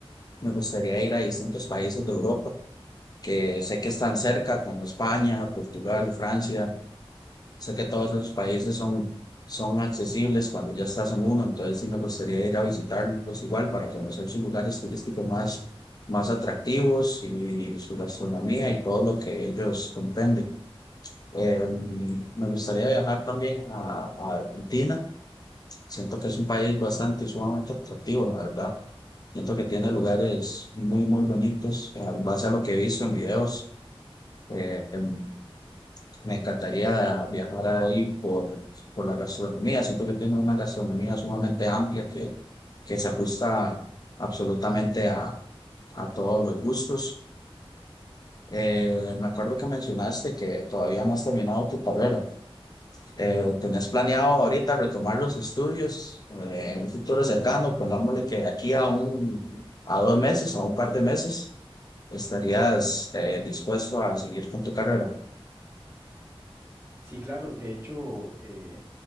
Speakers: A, on the left; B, on the right.
A: Me gustaría ir a distintos países de Europa que sé que están cerca, como España, Portugal, Francia. Sé que todos esos países son, son accesibles cuando ya estás en uno. Entonces sí me gustaría ir a visitarlos igual para conocer sus lugares turísticos más, más atractivos y su gastronomía y todo lo que ellos comprenden. Eh, me gustaría viajar también a, a Argentina. Siento que es un país bastante, sumamente atractivo, la verdad. Siento que tiene lugares muy, muy bonitos. En base a lo que he visto en videos, eh, em, me encantaría viajar ahí por, por la gastronomía. Siento que tiene una gastronomía sumamente amplia que, que se ajusta absolutamente a, a todos los gustos. Eh, me acuerdo que mencionaste que todavía no has terminado tu carrera. Eh, ¿tenés planeado ahorita retomar los estudios eh, en un futuro cercano? Pongámosle que de aquí a un, a dos meses, a un par de meses, estarías eh, dispuesto a seguir con tu carrera.
B: Sí, claro, de hecho, eh,